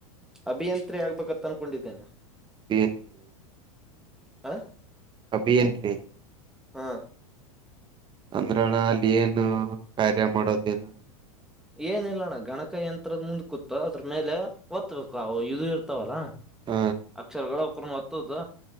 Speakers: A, in the centre; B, on the right.
A: ಅಭಿಯಂತ್ರಿ ಆಗ್ಬೇಕತ್ ಅನ್ಕೊಂಡಿದ್ದೇನೆ
B: ಅಭಿಯಂತ್ರಿ
A: ಹಾ
B: ಅಬಿಯಂತೀ
A: ಹಾ
B: ಅಂದ್ರಣ ಅಲ್ಲಿ ಏನು ಕಾರ್ಯ ಮಾಡೋದು <unintelligible>
A: ಏನಿಲ್ಲಣ್ಣ ಗಣಕ ಯಂತ್ರದ ಮುಂದ್ ಕೂತ ಅದ್ರ ಮೇಲೆ ಒತ್ತಬೇಕು ಅವು ಇದು ಇರ್ತಾವಲ್ಲಾ
B: ಹ
A: ಅಕ್ಷರಗಳ ಅವಕುರ್ ನ್ ಒತ್ತುದ